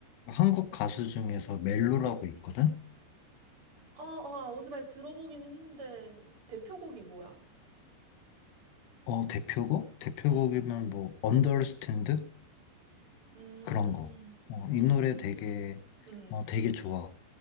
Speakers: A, on the left; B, on the right.
A: 한국 가수 중에서 멜로라고 있거든?
B: 아, 아, 오즈발 들어보긴 했는데, 대표곡이 뭐야?
A: 어, 대표곡? 대표곡이면
B: 응.
A: 뭐 언더스탠드?
B: 음,
A: 그런 거. 어,
B: 언더스탠드.
A: 이 노래 되게
B: 응
A: 어, 되게 좋아.